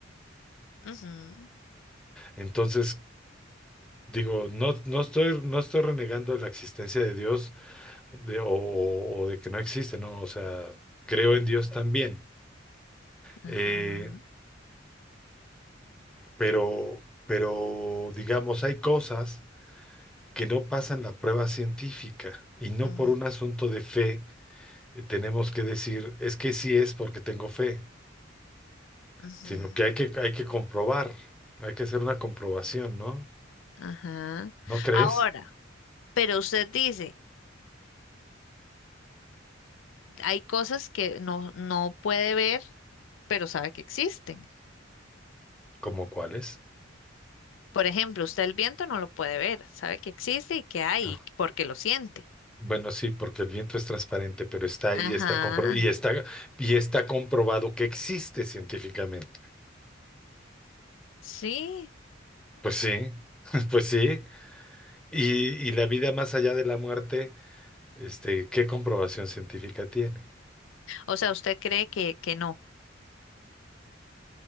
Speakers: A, on the left; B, in the centre.
A: ujú,
B: Entonces, digo, no, no estoy, no estoy renegando de la existencia de Dios de- o, o de que no existe, ¿no? O sea, creo en Dios también.
A: ajá.
B: Eh, pero, pero, digamos, hay cosas que no pasan la prueba científica y no
A: Ujú,
B: por un asunto de fe eh, tenemos que decir, es que sí es porque tengo fe,
A: ujú,
B: sino que hay que, hay que comprobar, hay que hacer una comprobación, ¿no?
A: Ajá.
B: ¿No crees?
A: Ahora, pero usted dice, hay cosas que no, no puede ver, pero sabe que existen.
B: ¿Cómo cuáles?
A: Por ejemplo, usted el viento no lo puede ver, sabe que existe y que hay,
B: <laughs>
A: porque lo siente.
B: Bueno, sí, porque el viento es transparente, pero está
A: Ajá,
B: ahí, está compro y está, y está comprobado que existe científicamente.
A: sí.
B: Pues sí, <laughs> pues sí. Y, y la vida más allá de la muerte, este, ¿qué comprobación científica tiene?
A: O sea, usted cree que, que no.